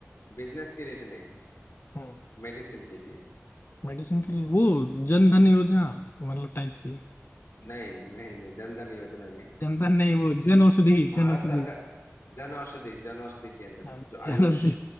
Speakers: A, on the left (about 75°); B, on the left (about 50°).
A: बिजनेस के लिए नहीं
B: हम्म
A: मेडिसिन के लिए
B: मेडिसिन के लिए वो जन धन योजना मतलब टाइप की
A: नहीं नहीं नहीं जनधन योजना नहीं
B: जन धन नहीं वो जन औषधि
A: भारत
B: जन औषधि
A: सरकार जन औषधि जन औषधि केंद्र
B: हाँ,
A: जो
B: जन
A: आयुष
B: औषधि